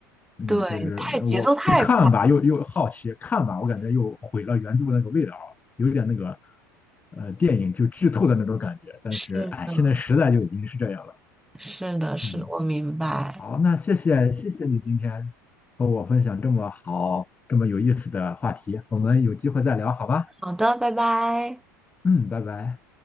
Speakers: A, on the left (about 15°); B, in the centre.
A: 嗯，
B: 对，
A: 其实我不看吧，
B: 太节奏太快，
A: 又又好奇；看吧，我感觉又毁了原著那个味道，有点那个呃电影就剧透的那种感觉。但是，
B: 是的，
A: 哎，现在时代就已经是这样了。
B: 是的，是的，
A: 嗯，
B: 我明白。
A: 好，那谢谢谢谢你今天和我分享这么好、这么有意思的话题，我们有机会再聊好吗？
B: 好的，拜拜。
A: 嗯，拜拜。